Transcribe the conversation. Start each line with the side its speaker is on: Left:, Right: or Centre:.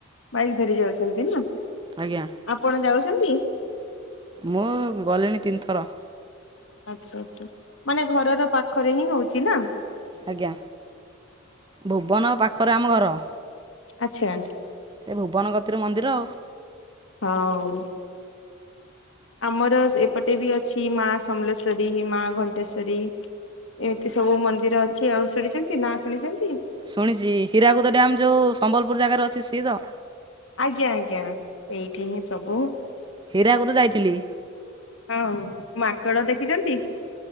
Left: ବାଇକ୍ ଧରି ଯାଉଚନ୍ତି ନା
Right: ଆଜ୍ଞା
Left: ଆପଣ ଯାଉଛନ୍ତ?
Right: ମୁଁ ଗଲିଣି ତିନିଥର।
Left: ଆଚ୍ଛା, ଆଚ୍ଛା, ମାନେ ଘରର ପାଖରେ ହିଁ ହଉଚି ନାଁ?
Right: ଆଜ୍ଞା, ଭୁବନ ପାଖରେ ଆମ ଘର।
Left: ଆଚ୍ଛା।
Right: ଏ ଭୁବନ କତିରେ ମନ୍ଦିର ଆଉ।
Left: ହଁ। ଆମର ଏପଟେ ବି ଅଛି, ମା ସମଲେଶ୍ଵରୀ, ମା ଘଣ୍ଟେଶ୍ଵରୀ। ଏମିତି ସବୁ ମନ୍ଦିର ଅଛି ଆଉ, ଶୁଣିଛନ୍ତି ନାଁ ଶୁଣିଛନ୍ତି?
Right: ଶୁଣିଚି ହୀରାକୁଦ ଡ୍ୟମ୍ ଯୋଉ ସମ୍ବଲପୁର ଜାଗାର ଅଛି, ସିଏ ତ?
Left: ଆଜ୍ଞା, ଆଜ୍ଞା, ଏଇଠି ହିଁ ସବୁ।
Right: ହୀରାକୁଦ ଯାଇଥିଲି।
Left: ହଁ ମାଙ୍କଡ଼ ଦେଖିଛନ୍ତି?